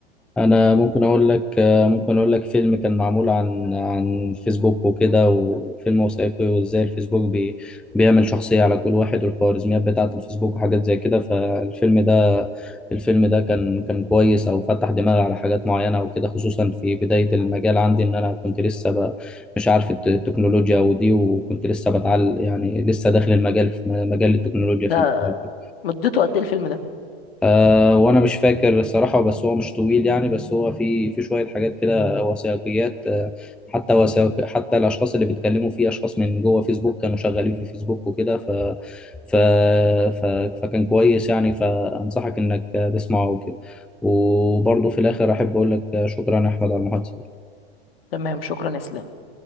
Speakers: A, in the centre; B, on the left (about 65°).
A: انا ممكن اقول لك آه، ممكن اقول لك فيلم كان معمول عن عن فيسبوك وكده وفيلم وثائقي وازاي الفيسبوك بي بيعمل شخصيه على كل واحد والخوارزميات بتاعه الفيسبوك وحاجات زي كده فالفيلم ده الفيلم ده كان كان كويس او فتح دماغي على حاجات معينه او كده خصوصا في بدايه المجال عندي ان انا كنت لسه ب- مش عارف الت- التكنولوجيا ودي وكنت لسه بتعلم يعني لسه داخل المجال في م- مجال التكنولوجيا في
B: ده
A: البداية.
B: مدته قد ايه الفيلم ده
A: آه وانا مش فاكر الصراحه بس هو مش طويل يعني بس هو في في شويه حاجات كده وثائقيات آه حتى وثائق حتى الاشخاص اللي بيتكلموا فيه اشخاص من جوه فيسبوك كانوا شغالين في فيسبوك وكده ف, ف ف فكان كويس يعني فانصحك انك تسمعه وكده وبرضه في الاخر احب اقول لك شكرا يا احمد على المحادثه
B: تمام شكرا يا اسلام